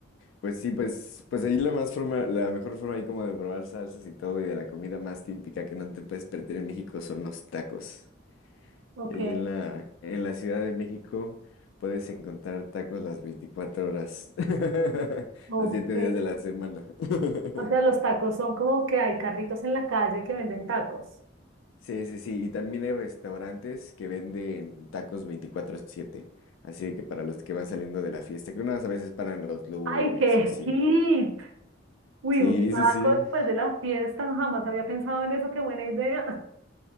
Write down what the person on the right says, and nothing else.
Ok.
Ok.
O sea, los tacos son como que hay carritos en la calle que venden tacos.
¡Ay, qué
hit! Uy,
un taco
después de la fiesta, no, jamás había pensado en eso, qué buena idea.